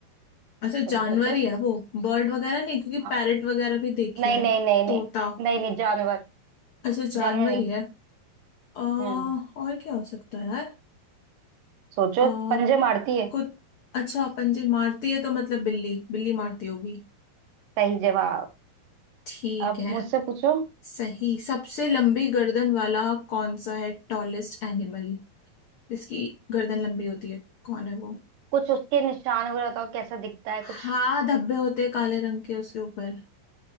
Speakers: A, on the left; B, on the right.
A: अच्छा
B: तुम
A: जानवर
B: सोचो
A: ही है वो बर्ड वगैरह नहीं क्योंकि
B: हाँ
A: पैरट वगैरह भी देखे
B: नहीं
A: हैं
B: नहीं नहीं
A: तोता
B: नहीं नहीं नहीं जानवर
A: अच्छा जानवर
B: जानवर नहीं
A: ही है अ, और
B: हम्म
A: क्या हो सकता है यार
B: सोचो
A: अ,
B: पंजे मारती है
A: कुछ अच्छा पंजे मारती है तो मतलब बिल्ली बिल्ली मारती होगी
B: सही जवाब
A: ठीक
B: अब
A: है
B: मुझसे पूछो
A: सही सबसे लंबी गर्दन वाला कौन सा है टॉलेस्ट एनिमल जिसकी गर्दन लंबी होती है कौन है वो
B: कुछ उसके निशान वगैरह बताओ कैसा दिखता है
A: हाँ
B: कुछ
A: धब्बे होते हैं काले रंग के उसके ऊपर